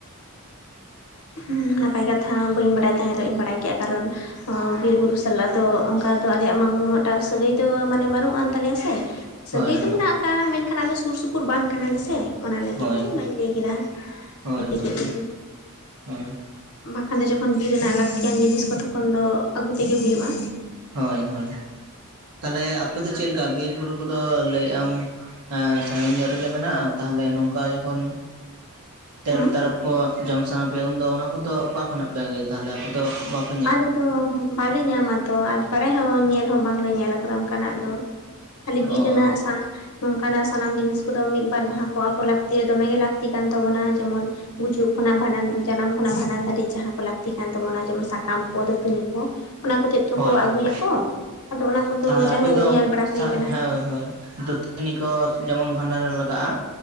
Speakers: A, on the left (about 75°); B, on the right (about 85°).
A: ᱦᱩᱸ ᱱᱟᱯᱟᱭ ᱠᱟᱛᱷᱟ ᱵᱟᱹᱧ ᱵᱟᱲᱟᱭ ᱛᱟᱦᱮᱸᱫ ᱫᱚ ᱤᱧ ᱵᱟᱲᱟᱭ ᱠᱮᱫ-ᱟ ᱠᱟᱨᱚᱱ ᱦᱚᱸ ᱵᱤᱨ ᱵᱩᱨᱩ ᱥᱟᱞᱟᱜ ᱫᱚ ᱚᱱᱠᱟ ᱫᱚ ᱟᱞᱮᱭᱟᱜ ᱢᱟ ᱩᱱᱟᱹᱜᱴᱟ ᱥᱟᱹᱜᱟᱹᱭ ᱫᱚ ᱢᱟᱱᱮ ᱵᱟᱹᱱᱩᱜ ᱟᱱ ᱛᱟᱞᱮᱭᱟ ᱥᱮ ᱥᱟᱹᱜᱟᱹᱭ
B: ᱦᱳᱭ
A: ᱫᱚ
B: ᱦᱳᱭ
A: ᱢᱮᱱᱟᱜ ᱟᱠᱟᱜ-ᱟ ᱢᱮᱱᱠᱷᱟᱱ ᱟᱞᱮ ᱫᱚ ᱥᱩᱨ ᱥᱩᱯ ᱩᱨ ᱵᱟᱝ ᱠᱟᱱᱟᱞᱮ ᱥᱮ ᱚᱱᱟ ᱞᱟᱹᱜᱤᱫ
B: ᱦᱳᱭ
A: ᱛᱮ ᱚᱱᱟᱧ ᱞᱟᱹᱭ ᱠᱮᱫᱟ
B: ᱦᱳᱭ
A: <unintelligible>
B: ᱦᱳᱭ ᱦᱳᱭ
A: ᱵᱟᱠᱷᱟᱱ ᱫᱚ ᱡᱚᱠᱷᱚᱱ ᱵᱤᱨ ᱨᱮᱱᱟᱜ ᱞᱟᱹᱠᱛᱤᱭᱟᱱ ᱡᱤᱱᱤᱥ ᱠᱚ ᱛᱚᱠᱷᱚᱱ ᱫᱚ ᱟᱹᱜᱩ ᱛᱮᱜᱮ ᱦᱩᱭᱩᱜᱼᱟ
B: ᱦᱚᱭ ᱦᱚᱭ ᱛᱟᱦᱞᱮ ᱟᱯᱮ ᱫᱚ ᱪᱮᱫ ᱞᱮᱠᱟ ᱵᱤᱨ ᱵᱩᱨᱩ ᱠᱚᱫᱚ ᱞᱟᱹᱭᱮᱫ ᱟᱢ ᱮᱸ ᱥᱟᱸᱜᱤᱧ ᱧᱚᱜ ᱨᱮᱜᱮ ᱢᱮᱱᱟᱜ-ᱟ ᱛᱟᱦᱚᱞᱮ ᱱᱚᱝᱠᱟ ᱡᱚᱠᱷᱚᱱ ᱛᱮᱨᱮᱞ
A: ᱦᱮᱸ
B: ᱛᱟᱨᱚᱯ ᱠᱚ ᱡᱚᱢ ᱥᱟᱱᱟ ᱯᱮᱭᱟ ᱩᱱᱫᱚ ᱚᱱᱟ ᱠᱚᱫᱚ ᱚᱠᱟ ᱠᱷᱚᱱᱟᱜ ᱯᱮ ᱟᱹᱜᱩᱭᱟ ᱛᱟᱦᱚᱞᱮ ᱟᱯᱮ ᱫᱚ ᱵᱟᱯ
A: ᱟᱞᱮ ᱫᱚ ᱵᱟᱞᱮ ᱧᱟᱢ ᱟ ᱛᱚ ᱟᱨ ᱵᱟᱲᱟᱭ ᱦᱚᱸ ᱧᱮᱞ ᱦᱚᱸ ᱵᱟᱝᱞᱮ ᱧᱮᱞ ᱟᱠᱟᱫᱟ ᱚᱱᱠᱟᱱᱟᱜ ᱫᱚ ᱠᱷᱟᱹᱞᱤ ᱵᱤᱨ
B: ᱚ
A: ᱨᱮᱱᱟᱜ ᱥᱟᱸ ᱱᱚᱝᱠᱟᱱᱟᱜ ᱥᱟᱱᱟᱢ ᱡᱤᱱᱤᱥ ᱠᱚᱫᱚ ᱢᱤᱫ ᱵᱟᱨ ᱡᱟᱦᱟᱸ ᱠᱚ ᱟᱵᱚ ᱞᱟᱹᱠᱛᱤ ᱫᱚᱢᱮ ᱜᱮ ᱞᱟᱹᱠᱛᱤ ᱠᱟᱱ ᱛᱟᱵᱚᱱᱟ ᱡᱮᱢᱚᱱ ᱜᱩᱡᱩᱜ ᱠᱷᱚᱱᱟᱜ ᱵᱷᱟᱸᱰᱟᱱ ᱡᱟᱱᱟᱢ ᱠᱷᱚᱱᱟᱜ ᱵᱷᱟᱸᱰᱟᱱ ᱫᱷᱟᱹᱨᱤᱡ ᱡᱟᱦᱟᱸ ᱠᱚ ᱞᱟᱹᱠᱛᱤ ᱠᱟᱱ ᱛᱟᱵᱚᱱᱟ ᱡᱮᱢᱚᱱ ᱥᱟᱠ ᱠᱟᱢ ᱠᱚ ᱫᱟᱹᱛᱟᱹᱱᱤ ᱠᱚ ᱚᱱᱟ ᱠᱚᱛᱮᱫ ᱛᱚᱠᱚ
B: ᱦᱳᱭ ᱦᱳᱭ
A: ᱟᱹᱜᱩᱭᱟ ᱠᱚ ᱟᱫᱚ ᱚᱱᱟ ᱠᱚᱫᱚ
B: ᱛᱟᱦᱚᱞᱮ
A: ᱡᱟᱭᱦᱳᱠ
B: ᱟᱯᱮ ᱫᱚ
A: ᱧᱮᱞ ᱵᱟᱲᱟ ᱦᱩᱭ ᱠᱟᱱᱟ
B: ᱦᱳᱭ ᱦᱳᱭ ᱫᱟᱹᱛᱟᱹᱱᱤ ᱠᱚ ᱡᱮᱢᱚᱱ ᱵᱷᱟᱸᱰᱟᱱ ᱨᱮ ᱞᱟᱜᱟᱜ-ᱟ